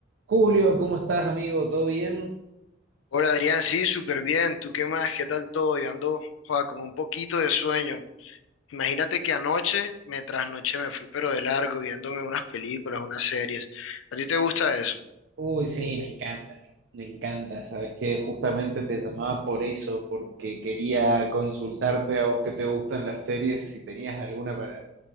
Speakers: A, on the right; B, on the left.
A: Julio, ¿cómo estás, amigo? ¿Todo bien?
B: Hola Adrián, sí, súper bien. ¿Tú qué más? ¿Qué tal todo? Yo ando, joa, con un poquito de sueño. Imagínate que anoche, me trasnoché, me fui pero de largo viéndome unas películas, unas series. ¿A ti te gusta eso?
A: Uy, sí, me encanta, me encanta. Sabes que justamente te llamaba por eso, porque quería consultarte a vos que te gustan las series, si tenías alguna para,